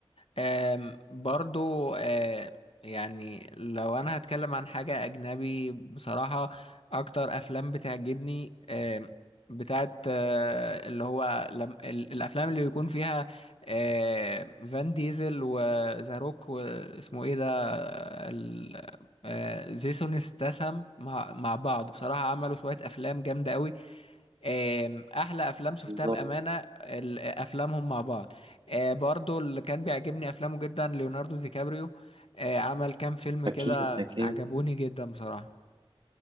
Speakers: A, on the left (about 70°); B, on the right (about 55°).
A: آم، برضو آه، يعني لو انا هتكلم عن حاجة اجنبي بصراحة اكتر افلام بتعجبني آم، بتاعت آه، اللي هو لم ال- الافلام اللي بيكون فيها آه، فان ديزل وذا روك واسمه ايه ده ال- آه، جيسون استسم مع مع بعض بصراحة عملوا شوية افلام جامدة قوي آم، احلى افلام شفتها
B: بالظبط
A: بأمانة ال- افلامهم مع بعض آه، برضو اللي كان بيعجبني افلامه جدا ليوناردو دي كابريو آه، عمل كام فيلم
B: أكيد
A: كده
B: أكيد
A: عجبوني جدا بصراحة